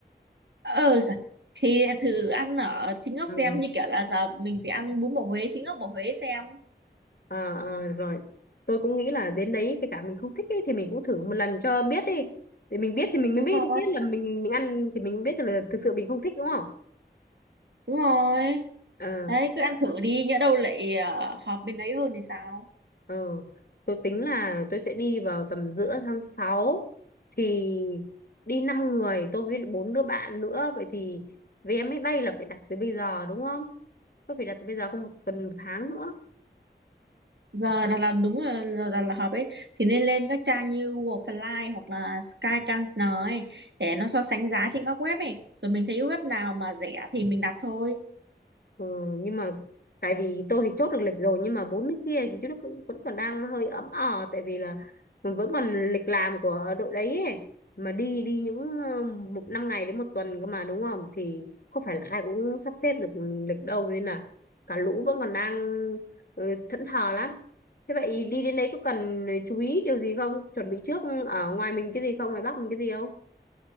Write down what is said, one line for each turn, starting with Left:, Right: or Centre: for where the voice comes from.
Right: Ờ sao? Thì thử ăn ở chính gốc
Left: Ừ.
Right: xem như kiểu là giờ mình phải ăn bún bò Huế chính gốc bò Huế xem.
Left: Ờ, ờ, rồi. Tôi cũng nghĩ là đến đấy kể cả mình không thích ấy, thì mình cũng thử một lần cho biết đi. Để mình biết thì mình mới
Right: Đúng
Left: biết
Right: rồi.
Left: biết là mình mình ăn thì mình mới biết là thực sự mình không thích đúng không?
Right: Đúng rồi.
Left: Ờ.
Right: Đấy cứ ăn thử đi, nhỡ đâu lại ờ, hợp bên đấy hơn thì sao?
Left: Ừ. Tôi tính là tôi sẽ đi vào tầm giữa tháng 6 thì đi 5 người tôi với bốn đứa bạn nữa vậy thì vé máy bay là phải đặt từ bây giờ đúng không? Tôi phải đặt từ bây giờ không cần một tháng nữa.
Right: giờ Đà Lạt đúng là là Đà Lạt hợp ấy thì nên lên các trang như Google Fly hoặc là Skyscanner ấy để nó so sánh giá trên các web ấy rồi mình thấy web nào mà rẻ thì mình đặt thôi
Left: Ừ, nhưng mà tại vì tôi thì chốt được lịch rồi nhưng mà bốn nước kia thì chúng nó cứ- vẫn còn đang hơi ấm ờ tại vì là mình vẫn còn lịch làm của đội đấy ấy. mà đi đi những ờ, một năm ngày đến một tuần cơ mà đúng không thì không phải là ai cũng sắp xếp được lịch đâu nên là cả lũ vẫn còn đang ừ, thẫn thờ lắm thế vậy đi đến đấy có cần chú ý điều gì không chuẩn bị trước ở ngoài mình cái gì không ngoài Bắc mình cái gì không